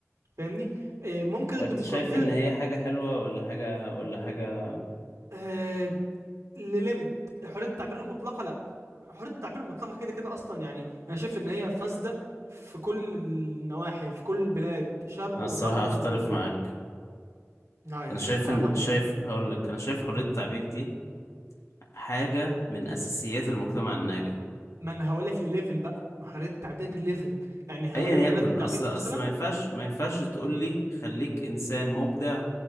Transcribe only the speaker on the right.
فاهمني آه ممكن الديمقراطيه
تكون
آه، لليميت حريه التعبير المطلقه لا حريه التعبير المطلقه كده كده اصلا يعني انا شايف ان هي فاسده في كل النواحي في كل البلاد شرق
وغرب
وكله
لا يا
اسطى
حرام
عليك
ما انا هقول لك لليفل بقى ما حريه التعبير لليفل يعني
هقول لك حريه
التعبير
مثلا